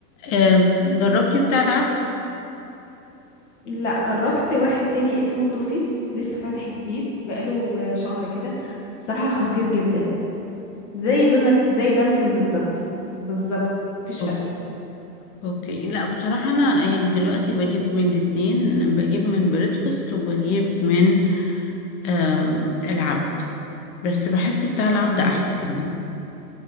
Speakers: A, on the left; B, on the left.
A: آم، جربتي بتاع العبد
B: لا جربت واحد تاني اسمه توفيس لسه فاتح جديد بقاله شهر كده بصراحة خطير جدا زي دونات زي دانكن بالظبط بالظبط مفيش
A: أو-
B: فرق
A: اوكي لا بصراحة انا يعني دلوقتي بجيب من الاتنين بجيب من بريدفاست وبجيب من آم، العبد بس بحس بتاع العبد
B: امم
A: احلى كمان